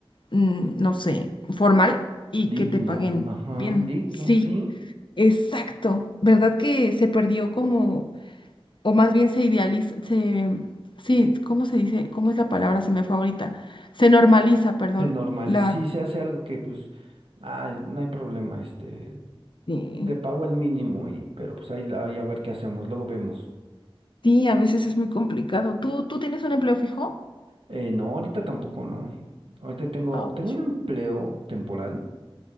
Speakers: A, on the left; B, on the right.
A: mm, no sé, formal y que
B: Digno,
A: te paguen
B: ajá,
A: bien.
B: digno,
A: Sí.
B: sí,
A: Exacto, ¿verdad que se perdió como, o más bien se idealiza, se, sí, ¿cómo se dice? ¿Cómo es la palabra? Se me fue ahorita. Se normaliza, perdón.
B: Se normaliza,
A: La,
B: sí se hace algo que pues, ay, no hay problema, este,
A: eh,
B: te pago el mínimo y, pero pues ahí, ahí a ver qué hacemos, luego vemos.
A: sí, a veces es muy complicado. ¿Tú, tú tienes un empleo fijo?
B: Eh, no, ahorita tampoco no. Ahorita tengo,
A: Ouch.
B: tengo un empleo temporal,